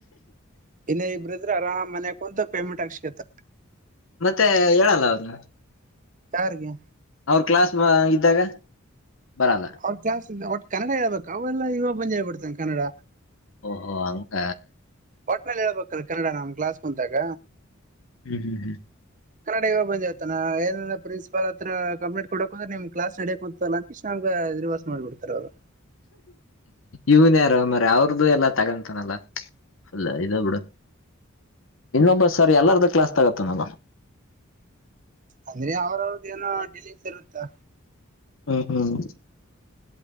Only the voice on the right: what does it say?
ಇನ್ನ ಇಬ್ರ ಇದ್ರೆ ಆರಾಮ್ ಮನೆ ಕುಂತ ಪೇಮೆಂಟ್ ಆಾಸ್ಕತ
ಯಾರಿಗೆ
ಅವ್ರ ಜಾಸ್ ಇ ಅವಟ್ ಕನ್ನಡ ಹಳ್ಬೇಕ ಅವೆಲ್ಲ ಇವಾಗ ಬಂದ್ ಹೇಳ್ಬಡ್ತಾನೆ ಕನ್ನಡ
ಒಟ್ ಮೇ ಹೇಳ್ಬೇಕ್ರ ಕನ್ನಡ ನಮ್ ಕ್ಾಸ್ ಕುಂತಾಗ
ಕನ್ನಡ ಇಾಗ ಬಂದಿವತನಾಏಂದ್ರ ಪ್ರನ್ಸಿಪಾಲ್ತ್ರ ಕಂಪ್ಲೇಟ್ಡಕ್ರ ನಿಮ್ ಕ್ಲಾಸ್ಡಕ್ ಹತ್ತತಲ್ಲ ಇಷ್ಟ ನಮ್ಗೆ ಇದಿರ್ವಾಸಸ್ ಮಾಡ್ಬ ಬಿಡ್ತಾರ ಅವರು
ಅಂದ್ರೆ ಅವ್ರ ಅವ್ರದ ಏನೋ ಡಿಲಂಗಸ್ ಇರುತ್ತಾ